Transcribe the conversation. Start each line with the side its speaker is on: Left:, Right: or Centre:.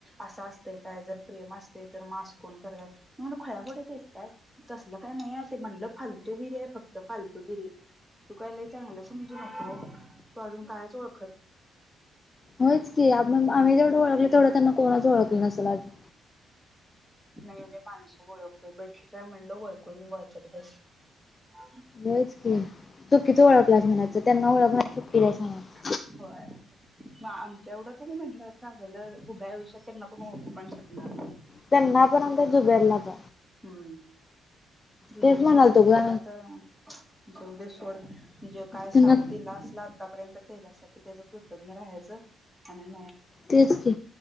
Centre: असं असतंय काय जर प्रेम असते तर मास कोण करत म्हून खळ्यापोड्याचे असतात तसलं काय नाही आहे ते म्हणलं फालतूगिरी आहे फक्त फालतूगिरी तू कायलाही चांगलं समजू नको तू अजून कायच ओळख
Left: होच की आप आम्ही जेवढं ओळखल तेवढं त्यांना कोणाच
Centre: हम्म
Left: ओळखलं नसेल अजून
Centre: नाही मी माणसू ओळखतोय ब ठीकय म्हणल ओळखून वळखत बस ह
Left: बच क तू कितीं ळखलास म्हणाचं त्यांना ओळख चुपकीला आहे सां
Centre: हो मग आमच्या एवढं का नाही म्हटलं चांगलं उभ्या आयुष्यात त्यांना कोण ओकू पण शकणार नाही
Left: त्यांना पर्यंत झुबेर ला प
Centre: हम्म दुबेरस
Left: तेच म्हणालतो
Centre: ते
Left: ग
Centre: ना आता णजे उद्या सोड म्हणजे काय
Left: त्यांना
Centre: सात दि लाच लाग तापर्यंत त्याच्यासाठी त्याच कृतज्ञ राहायचं आणि
Left: तेच की